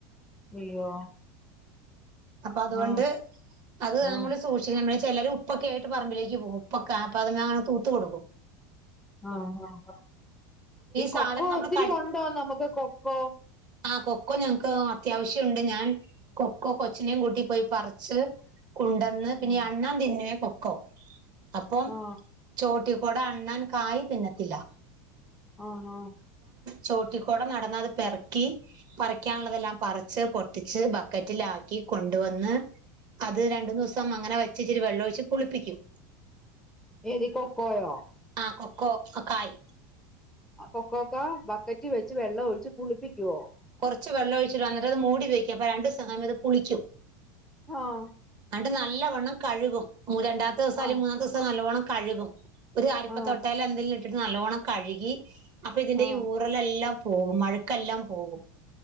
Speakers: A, in the centre; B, on the right (about 40°).
A: അയ്യോ
B: അപ്പോഅതുകൊണ്ട്
A: ആ
B: അതു
A: ആ
B: നമ്മളെ സൂക്ഷിക്കണേ ചെലർ ഉപ്പൊക്കെയായിട്ട് പറമ്പിലേക്ക് പോകും ഉപ്പൊക്കെ അപ്പൊ അത് <unintelligible> തൂത്ത്കൊടുക്കും
A: ആഹ് ഹാ ഹാ ഈ കൊക്കോ
B: സാധനം നമ്മള്
A: ഒത്തിരി ഉണ്ടോ നമുക്ക് കൊക്കോ
B: ആ കൊക്കോ ഞങ്ങക്ക് അത്യാവശ്യണ്ട് ഞാൻ കൊക്കോ കൊച്ചിനെയും കൂട്ടി പോയി പറച്ച്.. ക്കൊണ്ടന്ന് പിന്നെ
A: ആ
B: അണ്ണാ തിന്നേ കൊക്കോ അപ്പം
A: ആ
B: ചോട്ടി ഇവടെ അണ്ണാൻ കായിതിന്നത്തില്ല.
A: ആഹ് ആഹ്
B: ചോട്ടിക്കൂട നടന്ന് അത് പെറിക്കി പറിക്കാനുള്ളതെല്ലാം പറിച്ച് പൊട്ടിച്ച് ബക്കറ്റിലാക്കി. കൊണ്ടുവന്ന് അത് രണ്ടു ദിവസം അങ്ങനെ വച്ച്‌ ഇച്ചിരിവെള്ളൊഴിയിച്ച് പുളിപ്പിക്കും.
A: ഏത് കൊകൊയോ
B: ആഹ് കൊക്കോ ക്കായ്
A: അപ്പകൊക്കോ ബക്കറ്റി വെച്ച് വെള്ളം ഒഴിച്ച് പുളിപ്പിക്കോ
B: കുറച്ച് വെള്ളം ഒഴിച്ചിട്ട് അന്നിട്ട്അത് മൂടി വയ്കും അപ്പൊ രണ്ടുദിവസം കഴിഞ്ഞ് അത് പുളിക്കും
A: ആഹ്
B: എന്നിട്ട് നല്ലവണ്ണം കഴുകും രണ്ടാമത്തെ ദിവസം അല്ലെങ്കിൽ
A: ആ
B: മൂന്നാമത്തെ ദിവസം നല്ലവണ്ണം കഴുകും ഒരു അരിപ്പ
A: ആ
B: തൊട്ടേൽ എന്തെങ്കിലും ഇട്ടിട്ട് നല്ലവോണം കഴുകി അപ്പൊ ഇതിന്റെ
A: ആ
B: ഈ ഊറലെല്ലാം പോകും മഴക്കെല്ലാം പോകും